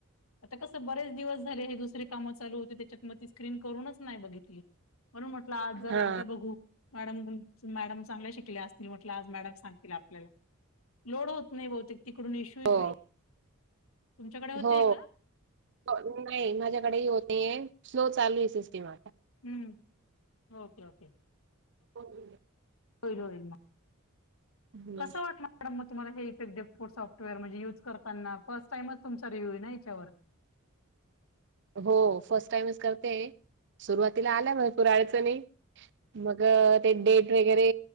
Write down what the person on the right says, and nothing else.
हा
हो
हो
नाही माझ्याकडेही होत नाहीये स्लो चालू ये सिस्टीम आता.
<unintelligible>
हम्म.
हो फर्स्ट टाइमच करते सुरुवातीला आल्या भरपूर अडचणी. मग ते डेट वगैरे